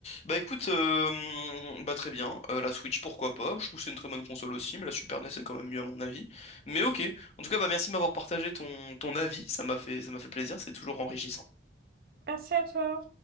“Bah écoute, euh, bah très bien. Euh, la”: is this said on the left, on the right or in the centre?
Left